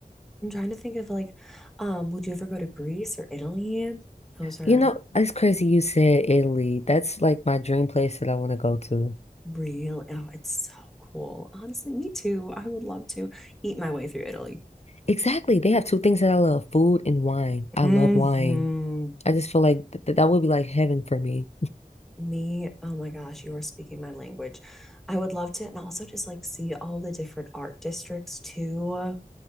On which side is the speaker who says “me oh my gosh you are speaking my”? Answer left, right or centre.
Centre